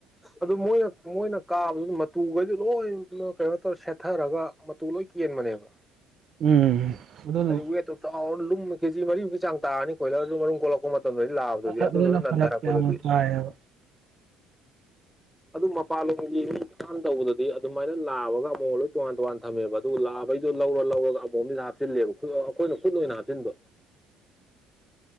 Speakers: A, in the centre; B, on the right (about 50°).
A: ꯑꯗꯨ ꯃꯣꯏꯅ ꯃꯣꯏꯅ ꯀꯥꯕꯗꯨ ꯃꯇ ꯇꯨꯈꯩꯗꯨ ꯂꯣꯏ ꯀꯩꯅꯣ ꯇꯧꯔ ꯁꯦꯠꯊꯔꯒ ꯃꯇꯨ ꯂꯣꯏ ꯀꯦꯟꯕꯅꯦꯕ
B: ꯎꯝ ꯑꯗꯨꯅ
A: ꯍꯥꯏꯗꯤ ꯋꯦꯠꯇꯣ ꯆꯥꯎꯔ ꯂꯨꯝ ꯀꯦꯖꯤ ꯃꯔꯤꯃꯨꯛꯀꯤ ꯆꯥꯡ ꯇꯥꯔꯅꯤ ꯈꯣꯏꯂꯔ ꯑꯗꯨ ꯀꯣꯜꯂꯛꯄ ꯃꯇꯝꯗ ꯂꯥꯛꯑꯕꯗꯒꯤ ꯑꯗꯨꯗꯨꯅ
B: ꯑꯗꯨꯅ
A: ꯅꯟꯊꯔꯛꯄꯗꯒꯤ
B: ꯐꯔꯛ ꯌꯥꯝꯅ ꯇꯥꯏꯌꯦꯕ
A: ꯑꯗꯨ ꯃꯄꯥꯟꯂꯣꯝꯒꯤ ꯃꯤ ꯊꯥꯟꯅ ꯇꯧꯕꯗꯗꯤ ꯑꯗꯨꯃꯥꯏꯅ ꯂꯥꯛꯕꯒ ꯑꯃꯨꯛ ꯂꯣꯏ ꯇꯣꯉꯥꯟ ꯇꯣꯉꯥꯟ ꯊꯝꯃꯦꯕ ꯑꯗꯨꯒꯑ ꯑꯩꯩꯗꯣ ꯂꯧꯔ ꯂꯧꯔꯒ ꯑꯃꯨꯣꯝꯁꯤꯗ ꯍꯥꯞꯆꯤꯂꯦꯕ ꯑꯩꯈꯣꯏꯅ ꯈꯨꯠ ꯑꯣꯏꯅ ꯍꯥꯞꯆꯤꯟꯕ